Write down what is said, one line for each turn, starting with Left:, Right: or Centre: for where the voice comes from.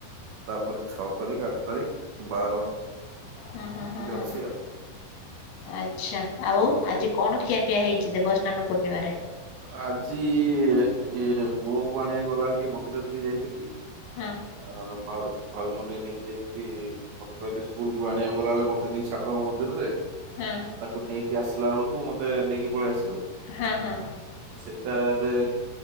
Right: ତାପରେ ଛଅ ତାରିଖ ଆଠ ତାରିଖ ବାର
Left: ହୁଁ ହୁଁ ହୁଁ
Right: ଏମିତି
Left: ହୁଁ
Right: ଅଛି
Left: ହୁଁ।
Right: ଆଉ।
Left: ଆଚ୍ଛା ଆଉ ଆଜି କଣ ଖିଆପିଆ ହେଇଚି ଦେବସ୍ନାନ ପୂର୍ଣ୍ଣିମାରେ?
Right: ଆଜି ଇ ପୁଅକୁ ଆଣିବା ଗଲାବେଳେ ଟିକେ ମନ୍ଦିର ଟିକେ ଯାଇଥିଲି।
Left: ହଁ
Right: ଆ ଭାଉ ଭାଉଜଙ୍କୁ ନେଇକି ଯାଇଥିଲି ମତେ କହିଲେ ସ୍କୁଲ ରୁ ଆଣିବାକୁ ଗଲାବେଳେ ମତେ ନେଇ ଛାଡିଦବ ମନ୍ଦିରି ରେ
Left: ହଁ
Right: ଆଉ ତାକୁ ନେଇକି ଆସିଲା ବେଳକୁ ମତେ ନେଇକି ପଳେଇ ଆସିବ।
Left: ହଁ ହଁ।
Right: ସେଇଟା ଏବେ